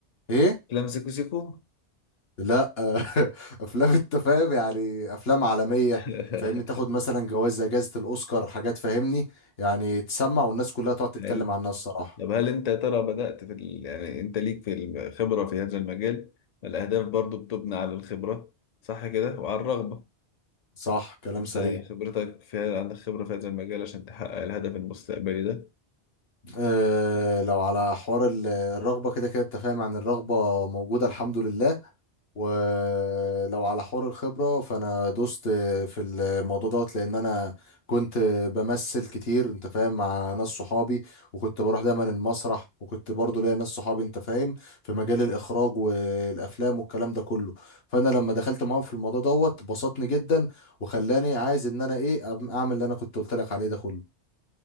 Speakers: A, on the left; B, on the left.
A: ايه
B: أفلام سيكو سيكو
A: لا <laughs> افلام انت فاهم يعني افلام عالميه
B: <laughs>
A: فاهمني تاخد مثلا جوائز زي جائزه الاوسكار حاجات فاهمني يعني تسمع والناس كلها تقعد تتكلم
B: هل
A: عنها الصراحه
B: طب هل أنت يا ترى بدأت في ال... يعني أنت ليك في الخبرة في هذا المجال الأهداف برضو بتبنى على الخبرة صح كده وعلى الرغبة
A: صح كلام
B: أنت
A: سليم
B: خبرتك في هذا- عندك خبرة في هذا المجال عشان تحقق الهدف المستقبلي ده
A: أه لو على حوار ال- الرغبه كده كده انت فاهم يعني الرغبه موجوده الحمد لله ولو على حوار الخبرة فأنا دوست في الموضوع دوت لأن أنا كنت بمثل كتير أنت فاهم مع ناس صحابي وكنت بروح دايما المسرح وكنت برضو ليا ناس صحابي أنت فاهم في مجال الإخراج والأفلام والكلام ده كله فأنا لما دخلت معاهم في الموضوع دوت بسطني جدا وخلاني عايز إن أنا إيه أعمل اللي أنا كنت قلت لك عليه ده كله